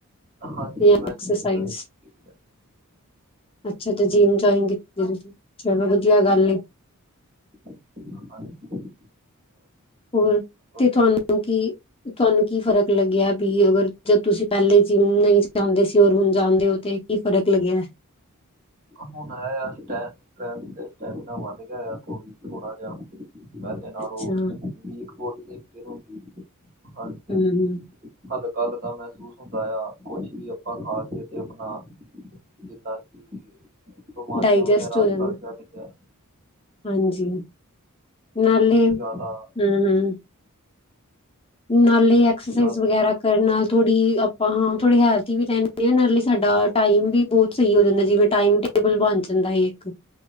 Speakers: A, on the right; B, on the left.
A: ਹਾਂਜੀ
B: ਜਾਂ
A: ਮੈਂ
B: ਐਕਸਰਸਾਈਜ਼
A: ਜਿਮ ਜੋਈਨ
B: ਅੱਛਾ ਤੇ ਜਿਮ ਜੁਆਇਨ ਕੀਤੀ ਤੁ ਚਲੋ ਵਧੀਆ ਗੱਲ ਏ।
A: ਹਾਂ
B: ਹੋਰ ਤੇ ਤੁਹਾਨੂੰ
A: ਜਿਮ
B: ਕੀ ਤੁਹਾਨੂੰ ਕੀ ਫ਼ਰਕ ਲੱਗਿਆ ਵੀ ਅਗਰ ਜਦ ਤੁਸੀਂ ਪਹਿਲੇ ਜਿਮ ਨਹੀਂ ਜਾਂਦੇ ਸੀ ਔਰ ਹੁਣ ਜਾਂਦੇ ਹੋ। ਤੇ ਕੀ ਫਰਕ ਲੱਗਿਆ?
A: ਹ ਹੁਣ ਇਹ ਹੈ ਸਟਰੈਂਥ ਸਟੈਮੀਨਾ ਵਧ ਗਿਆ ਥੋੜੀ ਥੋੜਾ ਜਿਹਾ। ਪਹਿਲੇ ਨਾਲੋਂ
B: ਅੱਛਾ
A: ਉਹ
B: ਹੂੰ,
A: ਵੀਕ ਬੋਡੀ ਫੀਲ ਹੁੰਦੀ ਹਾਂਜੀ
B: ਹੂੰ
A: ਹਲ ਕੱਲ ਦਾ ਮਹਿਸੂਸ ਹੁੰਦਾ ਆ ਇਆ ਕੁਛ ਵੀ ਆਪਾਂ ਖਾ ਲਈਏ ਅਤੇ ਆਪਨਾ ਜਿੱਦਾਂ ਕਿ ਬਿਮਾਰੀਆਂ
B: ਡਾਇਜੈਸਟ
A: ਵਗੈਰਾ
B: ਹੋ
A: ਅੱਜ
B: ਜਾਂਦਾ
A: ਕੱਲ ਚੱਲਦੀਆਂ
B: ਹਾਂਜੀ ਨਾਲੇ ਹਮ,
A: ਜ਼ਿਆਦਾ
B: ਹਮ। ਨਾਲੇ ਐਕਸਰਸਾਈਜ਼
A: ਜ਼ਿਆਦਾ
B: ਵਗੈਰਾ
A: ਬਿਮਾਰੀਆਂ
B: ਕਰਨ
A: ਵਗੈਰਾ
B: ਨਾਲ ਥੋੜੀ ਆਪਾਂ ਹਾਂ ਥੋੜੇ ਹੈਲਥੀ ਵੀ ਰਹਿੰਦੇ ਹਾਂ ਨਾਲੇ ਸਾਡਾ ਟਾਈਮ ਵੀ ਬਹੁਤ ਸਹੀ ਹੋ ਜਾਂਦਾ ਜਿਵੇਂ ਟਾਈਮ ਤੇ ਟੇਬਲ ਬਣ ਜਾਂਦਾ ਇੱਕ